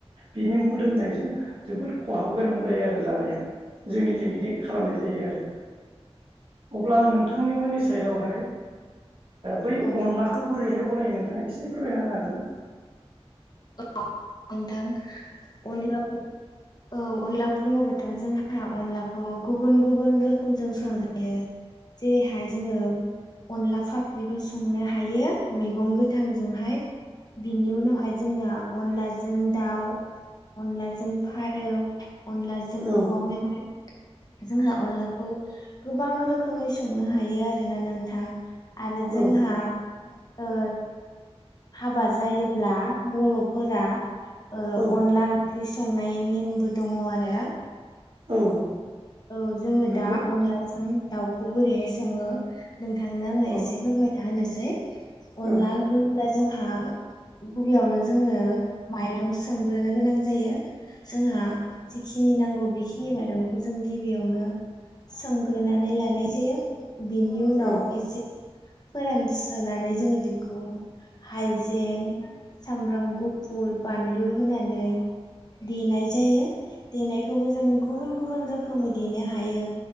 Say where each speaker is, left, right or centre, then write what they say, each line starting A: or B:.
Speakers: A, on the right; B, on the left.
A: बिनि मोदोमनायजों जोबोद खहाब गोनां जायो आरो जानाया जोंनिथिं बिदि खालामनाय जायो आरो अब्ला नोंथांनिमोननि साइदावहाय बै
B: औ
A: अनलाखौ बोरैहाय बा बनायो नोंथाङा एसे फोरमायना होनो हागोन ना
B: औ नोंथां अनला औ अनला बुङोबाथ' जों हा अनलाखौ गुबुन गुबुन रोखोमजों संजायो जेरैहाय जोङो अनला फाख्रिबो संनो हायो मैगं गोथांजोंहाय बिनि उनावहाय जोंहा अनलाजों दाउ अनलाजों फारौ अनलाजों
A: औ
B: औवा मेवाइ जोंहा अनलाखौ गोबां रोखोमै संनो हायो आरोना नोंथां आरो जोंहा
A: औ
B: ओ हाबा जायोब्ला बर'फोरा ओ
A: औ
B: अनला ओंख्रि संनाय नेमबो दङ आरो
A: औ
B: औ जोङो
A: नंगौ
B: दा अनलाजों दाउखौ बोरैहाय सङो नोंथांनो आङो
A: औ
B: एसे फोरमायना होनोसै अनला
A: औ
B: बुङोब्ला जोंहा खुबियावनो जोंनो माइरं सोमग्रोनो गोनां जायो जोंहा जिखिनि नांगौ बेखि नि माइरंखौ जों गिबियावनो सोमग्रोनानै लानाय जायो बिनि उनाव
A: औ
B: एसे फोरानस्रोनानै जोङो बेखौ हाइजें सामब्राम गुफुर बानलु होनानै देनाय जायो देनायखौबो जों
A: <inaudible>
B: गुबुन गुबुन रोखोमै देनो हायो